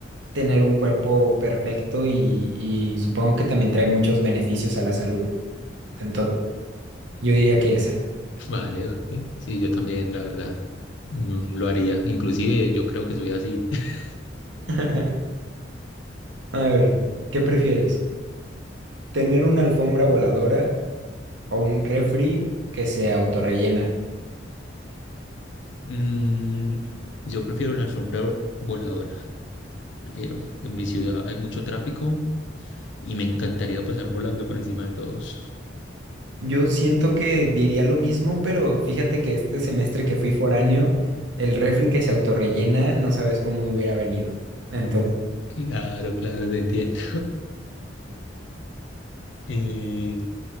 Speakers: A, on the right (about 75°); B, on the left (about 75°).
A: tener un cuerpo perfecto y, y supongo que también trae muchos beneficios a la salud. Entonces, yo diría que esa.
B: Vale, vale. Sí, yo también, la verdad, mm, lo haría. Inclusive yo creo que soy así. <laughs>
A: <laughs> A ver, ¿qué prefieres? ¿Tener una alfombra voladora o un refri que se autorrellena?
B: Mm, yo prefiero la alfombra voladora. Prefiero. En mi ciudad hay mucho tráfico y me encantaría pasar volando por encima de todos.
A: Yo siento que diría lo mismo, pero fíjate que este semestre que fui foráneo, el refri que se autorrellena, no sabes cómo me hubiera venido. Entonces,
B: Claro, claro, te entiendo. Eh,